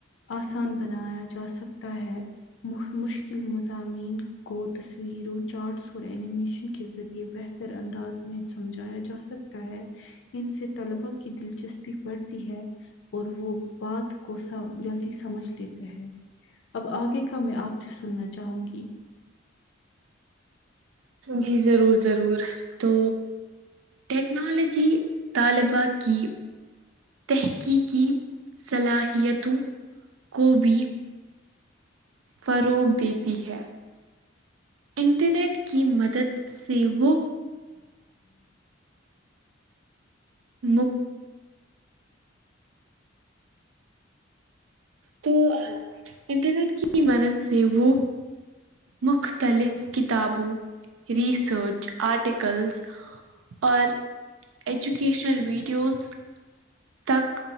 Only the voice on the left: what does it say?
آسان بنایا جا سکتا ہے مشکل مضامین کو تصویروں چارٹس اور انینیمیشن کے ذریعے یہ بہتر انداز میں سمجھایا جا سکتا ہے ان سے طلبا کی دلچسپی بڑھتی ہے اور وہ بات کو سا جلدی سمجھ لیتے ہیں اب آگے کا میں آپ سے سننا چاہوں گی